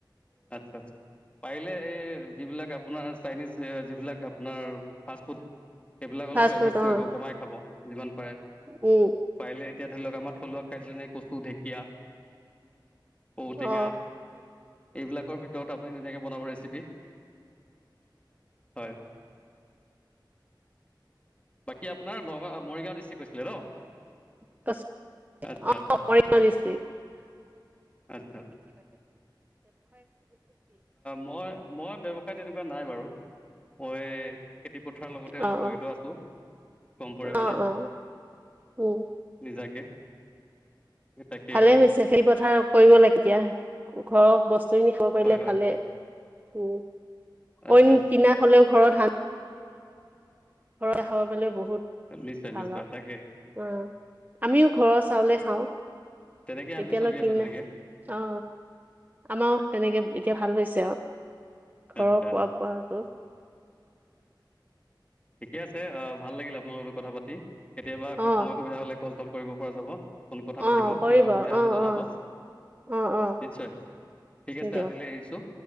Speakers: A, on the left (about 15°); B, on the right (about 20°).
A: আচ্ছা আচ্ছা পাৰিলে এই যিবিলাক আপোনাৰ চাইনিজ যিবিলাক আপোনাৰ ফাষ্ট ফুড সেইবিলাক অলপ
B: ফাষ্ট
A: এফেক
B: ফুড
A: কৰিব
B: অ
A: কমাই খাব যিমান পাৰে
B: উম
A: পাৰিলে এতিয়া। ধৰি লওক আমাৰ থলুৱা খাদ্য যে কচু ঢেকীয়া ঔটেঙা
B: অ
A: এইবিলাকৰ ভিতৰত আপুনি তেনে বনাব ৰেছিপি। হয়। বাকী আপোনাৰ নগাঁও! মৰিগাঁও ডিষ্ট্ৰিক কৈছিলে ন?
B: অ
A: আচ্ছা আচ্ছা আচ্ছা আচ্ছা মই মই ব্যৱসায় তেনেকুৱা নাই বাৰু। মই খেতিপথাৰ লগতে অলপ
B: অ
A: জড়িত
B: অ
A: আছোঁ কম পৰিমাণে।
B: অ অ উম
A: নিজাকে তাকেই
B: ভালে
A: আৰু
B: হৈছে খেতি পথাৰ কৰিব লাগে কেতিয়া ঘৰৰ বস্তু খাব পাৰিলে
A: হয় হয়
B: ভালে উ
A: আচ্ছা
B: অইন
A: আচ্ছা
B: কিনা হলেও ঘৰত ধান ঘৰতে খাব পালে বহুত
A: নিশ্চয়
B: ভাল
A: নিশ্চয়
B: আৰু
A: তাকে
B: অ আমিও ঘৰৰ চাউলে খাওঁ
A: তেনেকে আমিও
B: এতিয়ালৈকে
A: চলি আছোঁ তেনেকে
B: অ আমাৰ তেনেকে এতিয়া ভাল হৈছে আৰু ঘৰৰ
A: আচ্ছা
B: খোৱা বোৱাটো।
A: ঠিকে আছে আহ ভাল লাগিল আপোনাৰ লগত কথা পাতিম কেতিয়াবা আকৌ
B: অ
A: সময় সুবিধা হলে কল চল কৰিব পৰা যাব। ফোন কথা পাতিব
B: অ কৰিব
A: কিবা অসুবিধা
B: অ
A: হলে জনাব।
B: অ অ অ
A: নিশ্চয় ঠিক আছে
B: দিয়ক
A: আজিলৈ আহিছো